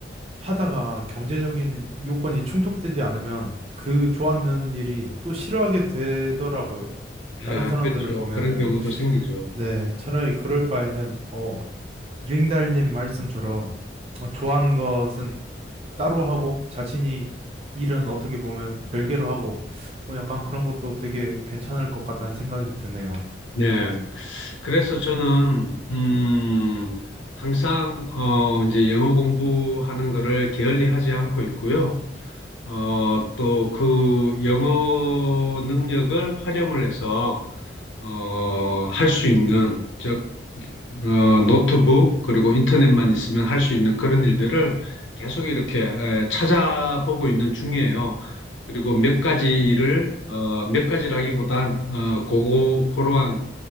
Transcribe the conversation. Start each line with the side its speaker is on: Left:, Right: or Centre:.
Right: 하다가 경제적인 요건이 충족되지 않으면 그 좋아하는 일이 또 싫어하게 되더라고요. 다른
Left: 아,
Right: 사람들을
Left: 그렇죠.
Right: 보면은,
Left: 그런 경우도 생기죠.
Right: 네, 차라리 그럴 바에는, 어, 링달님 말씀처럼 어, 좋아하는 것은 따로 하고 자신이 일은 어떻게 보면 별개로 하고 뭐 약간 그런 것도 되게 괜찮을 것 같다는 생각이 드네요.
Left: 네. 그래서 저는, 음, 항상, 어, 이제 영어 공부하는 거를 게을리 하지 않고 있고요. 어, 또 그 영어 능력을 활용을 해서, 어, 할 수 있는, 저 어, 노트북 그리고 인터넷만 있으면 할 수 있는 그런 일들을 계속 이렇게 에, 찾아보고 있는 중이에요. 그리고 몇 가지를 어, 몇 가지라기보단 어, 고고 고러한